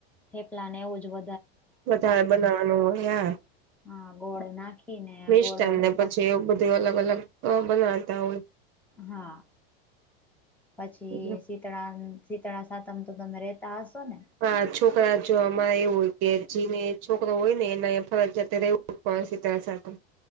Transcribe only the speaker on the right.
વધારે બનાવાનું <unintelligible> યાર
મિષ્ટાન
ને પછી
એવું બધું અલગ અલગ અ બનાવતા હોય
હોય
હા છોકરા જો અમારે એવું હોય કે જેને છોકરો હોય ને એને ફરજિયાત રહેવુ પડશે શીતળા સાતમ